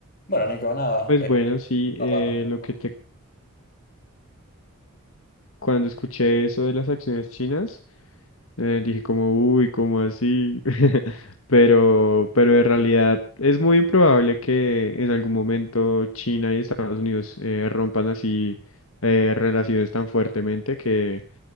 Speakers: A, on the left; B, on the left.
A: Bueno, Nico, nada,
B: Pues
A: eh,
B: bueno, sí,
A: cerrando
B: eh,
A: un poco.
B: lo que te, cuando escuché eso de las acciones chinas, eh, dije como, uy, ¿cómo así? <laughs> Pero, pero en realidad es muy improbable que en algún momento China y Estados Unidos eh, rompan así eh, relaciones tan fuertemente que,